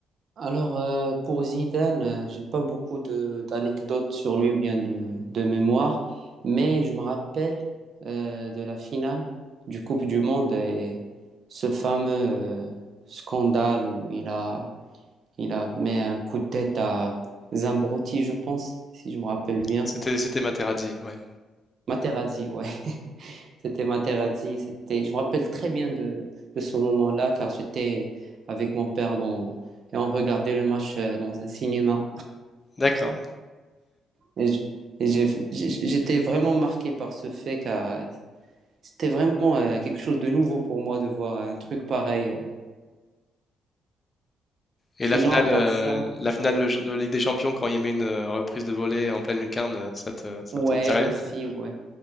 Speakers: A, on the right (about 55°); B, on the left (about 25°).
A: Alors, euh, pour Zidane, euh, j'ai pas beaucoup de d'anecdotes sur lui ou bien de, de mémoire, mais je me rappelle euh, de la finale du Coupe du Monde et ce fameux euh, scandale où il a, il a mis un coup de tête à Zambrotti, je pense, si je me rappelle bien.
B: C'était c'était Materazzi, ouais.
A: Materazzi, ouais, <laughs> c'était Materazzi. C'était, je me rappelle très bien de, de ce moment-là car j'étais avec mon père dans, et on regardait le match euh, dans un cinéma.
B: D'accord.
A: Et je- et j'ai- j'ai- j'étais vraiment marqué par ce fait car euh, c'était vraiment euh, quelque chose de nouveau pour moi de voir un truc pareil. euh.
B: Et
A: Sinon,
B: la finale,
A: à part
B: euh,
A: ça,
B: la finale de, de Ligue des Champions quand il met une euh, reprise de volée en pleine lucarne, ça te, ça
A: ouais,
B: te dit rien?
A: aussi, ouais.